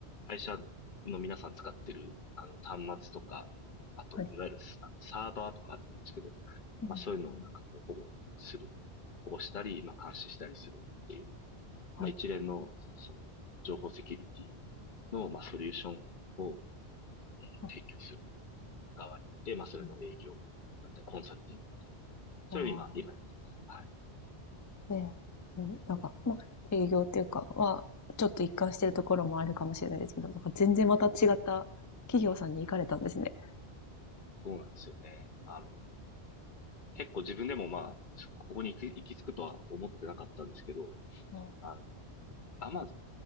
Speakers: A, on the left; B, on the left.
A: 会社の皆さん使ってる、あの、端末とか、あと、
B: はい、
A: いわゆるスあのサーバーとかあると思うんですけど、
B: うん、
A: まあ、そういうのをなんかこう保護する、保護したり、まあ、監視したりするっていう、
B: はい、
A: まあ、一連の、その、情報セキュリティの、まあ、ソリューションを、えー提供する
B: あ、
A: 側にいて、まあ、それの営業だったり、
B: うん、
A: コンサルティングみたいな。それを今、
B: あ
A: 今やってます。はい。
B: あ、えーうん、なんか、まあ、営業っていうかは、ちょっと一貫してるところもあるかもしれないですけど、なんか全然また違った企業さんに行かれたんですね。
A: そうなんですよね。あの、結構自分でもまあ、ここに行き、行き着くとは思ってなかったんですけど、
B: うん
A: あの、アマゾン、